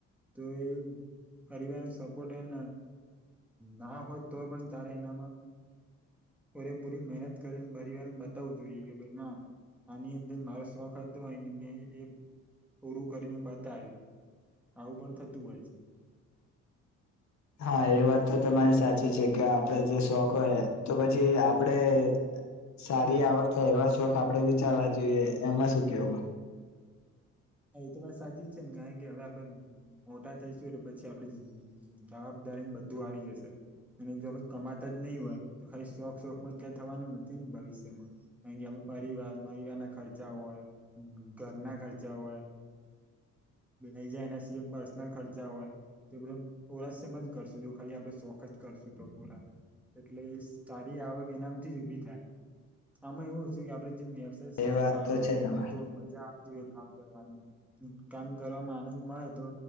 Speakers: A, in the centre; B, on the left (about 65°).
A: તો એ પરિવાર સપોર્ટ એ ન ના હોત તોય પણ તારે એનામાં પૂરેપૂરી મહેનત કરીને પરવારને બતાવવું જોઈએ કે ભાઈ ના આની અંદર મારો શોખ હતો હો મેં એ પૂરું કરીને બતાવ્યું. આવું પણ થતું હોય છે.
B: <inaudible> હા એ વાત તો તમારી સાચી છે કે આપડે જે શોખ હોય તો પછી આપડે સારી આવક એવા શોખ આપડે વિચારવા જોઈએ એમાં શું કેવું
A: હા એ તો વાત સાચી છે ને કઈ કે હવે આપડે મોટા થઈશું એટલે પછી આપડે <unintelligible> તારીને બધું આવી જશે. અને જો કમાતા જ નહી હોય તો ખાલી શોખ શોખ માં ક્યાં થવાનું નથી ને ભવિષ્યમાં કારણ કે આપ પરિવાર પરિવારના ખર્ચા હોય, ઘરના ખર્ચા હોય
B: <inaudible>
A: ઈ જાય એના સિવાય પર્સનલ ખર્ચા હોય તો બધા પુરા સેમજ કરશું જો ખાલી આપડે શોખ જ કરશું તો પૂરા એટલે એ સારી આવક એનામથી જ ઊભી થાય. આમાં એવુંય કે આપડે જેમ વ્યવસાય
B: એ વાત
A: સારો
B: તો છે
A: હો
B: તમે
A: ગમતો હોય મજા આવતી હોય કામ કરવાવામાં આનંદ મળે તો